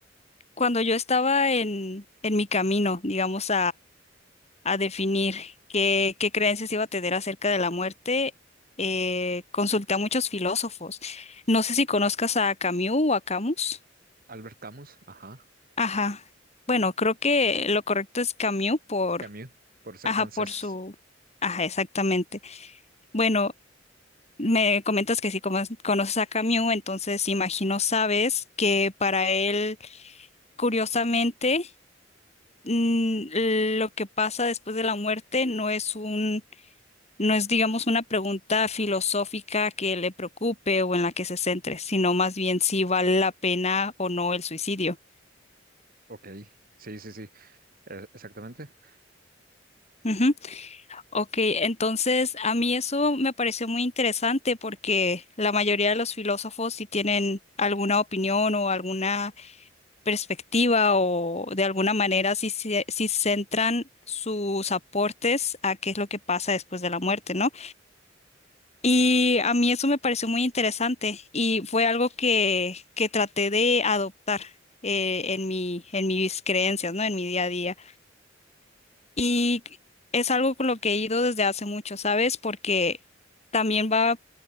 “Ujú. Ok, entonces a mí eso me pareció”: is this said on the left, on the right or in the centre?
Left